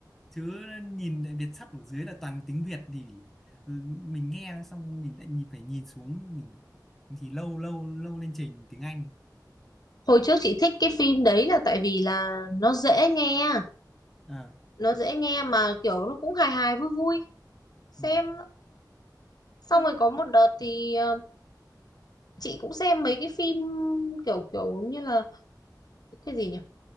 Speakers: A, in the centre; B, on the left (about 60°).
A: chứ nhìn lại Việt sắp ở dưới là toàn tiếng Việt thì ừ, mình nghe xong mình lại nhìn phải nhìn xuống mình thì lâu lâu lâu lên trình tiếng Anh
B: hồi trước chị thích cái phim đấy là tại vì là nó dễ nghe
A: à
B: nó dễ nghe mà kiểu nó cũng hài hài vui vui xem
A: vâng
B: xong
A: Thế
B: rồi có một đợt thì ờ, chị cũng xem mấy cái phim kiểu kiểu như là cái gì nhỉ